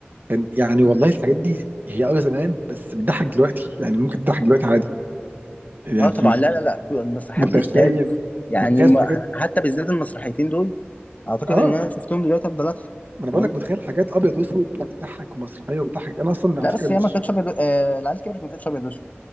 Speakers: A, on the right (about 50°); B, on the left (about 35°).
A: كان يعني والله الحاجات دي هي اه زمان بس بتضحك دلوقتي يعني ممكن تضحك دلوقتي عادي يعني
B: اه طبعا لا لا لا المسرحيات
A: متخيل
B: بالذات يعني
A: متخيل
B: ما-
A: حاجات
B: حتى بالذات المسرحيتين دول اعتقد
A: اه
B: ان انا شفتهم دلوقتي افضل اضحك
A: ما انا بقول
B: فاهم
A: لك متخيل حاجات ابيض واسود وبتضحك ومسرحيه وبتضحك انا اصلا على
B: لا
A: فكره
B: بس
A: مش
B: هي ما كانتش ابيض آه، العيال كبرت ما كانتش ابيض اسود